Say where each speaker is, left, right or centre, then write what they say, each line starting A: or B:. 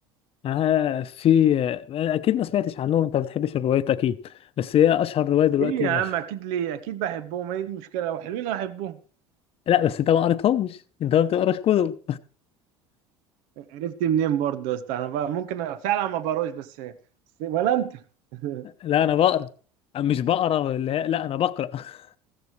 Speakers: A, on the left; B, on the right.
A: اه في اكيد ما سمعتش عنهم انت ما بتحبش الروايات اكيد بس هي اشهر رواية دلوقتي
B: ليه يا
A: مشهورة
B: عم اكيد ليه اكيد بحبهم هي دي المشكلة لو حلوين احبهم
A: لا بس انت ما قريتهمش انت ما بتقراش كتب
B: عرفت منين برضه يا اسطى انا بقى ممكن فعلا ما بقراش بس بس- ولا انت <laughs>
A: <laughs> لا انا بقرا أه، مش بقرا اللي هي- لا انا بقرا <laughs>